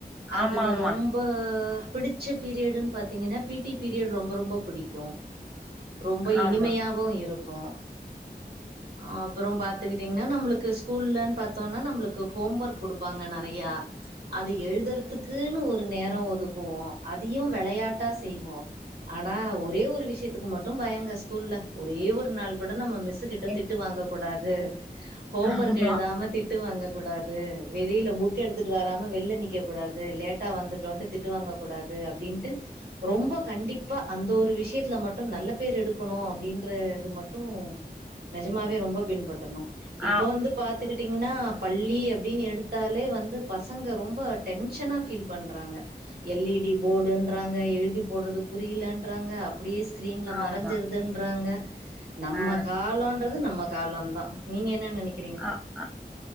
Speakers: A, on the right; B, in the centre.
A: அதுல
B: ஆமா ஆமா
A: ரொம் ப பிடிச்ச பீரியடுன்னு பாத்தீங்கன்னா பி டி பீரியட் ரொம்ப ரொம்ப பிடிக்கு ரொம்ப
B: ஆமா
A: இனிமையாவு இருக்கு ஆ அப்றோ பா த்தீங்ன்னா நம்ளுக்கு ஸ்கூல்லனு பாத்தோனா நம்ளுக்கு ஹோம் ஒர்க் குடுப்பாங்க நறையா அது எழுதறதுக்குன்னு ஒரு நேரோ ஒதுக்குவோ அதியு வெளயாட்டா செய்வோ ஆனா ஒரே ஒரு விஷ்யத்துக்கு மட்டு பயங்க ஸ்கூல்ல ஒரே ஒரு நாள் கூட நம்ம மிஸ்சுக்கிட்ட
B: ஏ
A: திட்டு வாங்கக் கூடாது ஹோம்
B: ஆமா
A: ஒர்க் எழுதாம திட் டு வாங்கக்கூடாது வெளில புக் எடுத்துட்டு வராம வெளில நிக்கக் கூடாது லேட்டா வந்து ட்டு வந்ட்டு திட்டு வாங்க கூடாது அப்டின்ட்டு ரொம்ப கண்டிப்பா அந்த ஒரு விஷ்யத்துல மட்டும் நல்ல பேர் எடுக்கணு அப்டின்ற இது மட்டு நெஜமாவே ரொம்ப பின்பற்றணு இப்ப
B: ஆ
A: வந்து பாத் த்துக்கிட்டீங்கனா பள்ளி அப்டின்னு எடுத்தாலே வந்து பசங்க ரொம்ப டென்ஷனா ஃபீல் பண்றாங்க எல் இ டி போடுன்றாங்க எழுதி போட்றது புரியலன்றாங்க அப் ப்டியே ஸ்க்ரீன்ல
B: ஆமா
A: மறஞ்சிருதுன்றாங்க நம்ம
B: ஆ
A: காலன்றது நம்ம காலந்தா நீங்க என்ன நெனைக்கி
B: அ ஆ